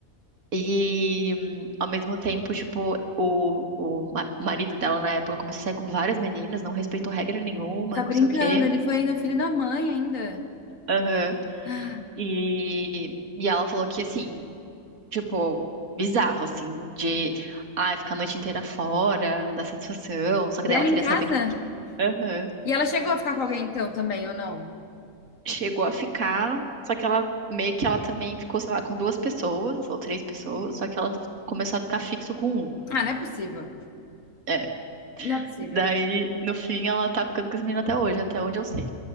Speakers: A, on the right (about 70°); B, on the left (about 65°).
A: E, hum, ao mesmo tempo, tipo, o, o ma- o marido dela na época começou a sair com várias meninas, não respeitou regra nenhuma,
B: Tá
A: não
B: brincando,
A: sei o quê.
B: ele foi ainda o filho da mãe ainda. <gasps>
A: Aham.
B: Ah,
A: E, e ela falou que, assim, tipo, bizarro, assim, de, ai, ficar a noite inteira fora, não dá satisfação. Só que
B: e
A: daí
B: ela
A: ela queria
B: em casa?
A: saber quem que Aham.
B: E ela chegou a ficar com alguém então também, ou não?
A: chegou a ficar. Só que ela, meio que ela também ficou, sei lá, com duas pessoas ou três pessoas, só que ela começou a ficar fixo com um.
B: Ah, não é possível.
A: É.
B: Não é possível.
A: Daí, no fim, ela tá ficando com esse menino até hoje, até onde eu sei.